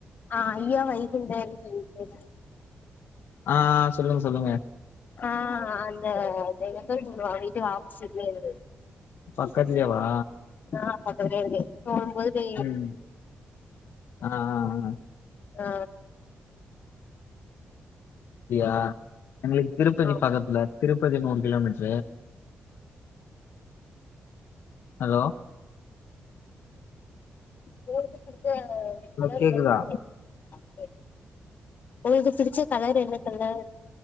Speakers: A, on the left; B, on the left.
A: அய்யா வைகுண்டர் வீட்ல விசேசம்
B: ஆ ஆ சொல்லுங்க சொல்லுங்க
A: ஆ அந்த எனக்கும் பண்ணுவாங்க வீட்டுக்கு ஆப்போசிட்ல இருக்கு
B: பக்கத்துலயே வா
A: ஆ பாத்துட்டே இருக்கே தூங்கும் போது
B: ம் ஆ ஆ ஆ
A: ஆ
B: இல்லையா எங்களுக்கு திருப்பதி
A: ஆமா
B: பக்கத்துல திருப்பதி நூறு கிலோமீட்டரு ஹலோ
A: போதும்னு படிச்சா <unintelligible>
B: ஹலோ கேக்குதா
A: உங்களுக்கு பிடிச்ச கலர் என்ன கலர்